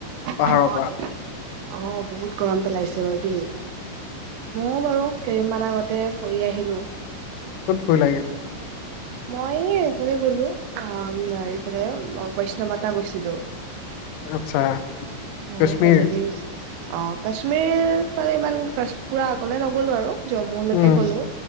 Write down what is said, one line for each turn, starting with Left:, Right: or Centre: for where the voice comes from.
Left: পাহাৰৰ
Right: অ
Left: পৰা
Right: তাকে অ বহুত গৰম পেলাইছে বাৰু দেই। মৌ বাৰু কেইদিমান আগতে ফুৰি আহিলো।
Left: ক'ত ফুৰিলাগে।
Right: মই এই এইফালে গলো অ হেৰিফালে বৈষ্ণৱমাতা গৈছিলো।
Left: আচ্ছা।
Right: মোলে
Left: কাশ্মীৰ
Right: ফেমিলি অ কাশ্মীৰ ফালে ইমান কাশ পুৰা আগলে নগলো আৰু। জম্মুলেকে
Left: উম
Right: গ'লো